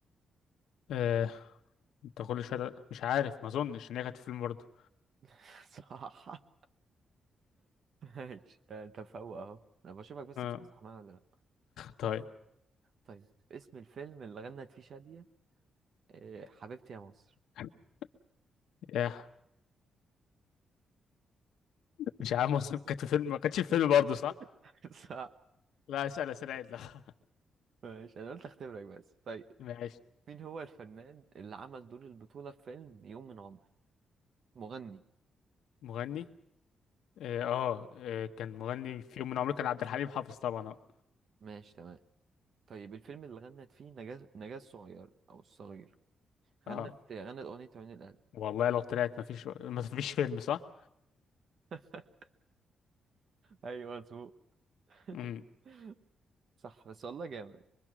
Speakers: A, on the left (about 85°); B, on the right (about 55°).
A: آه، انت كل شويه ده- مش عارف ما اظنش ان هي كانت في فيلم برضه
B: <laughs> صح ماشي آه، أنت فوق أهو أنا بشوفك بس
A: اه
B: بتصح معايا ولا لأ
A: طيب
B: طيب اسم الفيلم اللي غنت فيه شادية آه، حبيبتي يا مصر
A: <laughs> يا مش عارف مصر كانت في فيلم ما كانتش في فيلم برضه صح؟
B: <laughs> صح
A: لا اسال اسئله عدله
B: ماشي انا قلت اختبرك بس طيب
A: ماشي
B: مين هو الفنان اللي عمل دور البطولة في فيلم يوم من عمر مغني
A: مغني اه, آه آه، كان مغني في يوم من عمره كان عبد الحليم حافظ طبعا اه
B: ماشي تمام طيب الفيلم اللي غنت فيه نجاة نجاة الصغير او الصغير غنت
A: آه.
B: غنت اغنية عيون القلب
A: والله لو طلعت مفيش مفيش فيلم صح
B: <laughs> ايوه مظبوط <laughs>
A: مم.
B: صح بس والله جامد